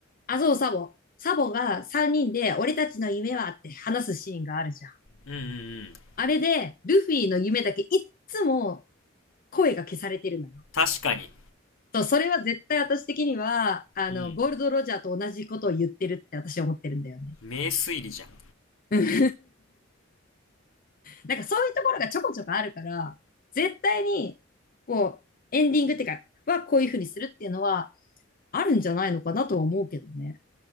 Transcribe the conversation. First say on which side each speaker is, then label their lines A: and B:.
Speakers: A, on the left; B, on the left.
A: あ、そう、サボ。サボが3人で、俺たちの夢はって話すシーンがあるじゃん。
B: うんうんうん。
A: あれで、ルフィの夢だけいっつも声が消されてるのよ。
B: 確かに。
A: そう、それは絶対私的には、あの、
B: うん。
A: ゴールド・ロジャーと同じことを言ってるって私は思ってるんだよね。
B: 名推理じゃん。う
A: <laughs> なんかそういうところがちょこちょこあるから、絶対に、こう、エンディングってか、はこういうふうにするっていうのは、あるんじゃないのかなとは思うけどね。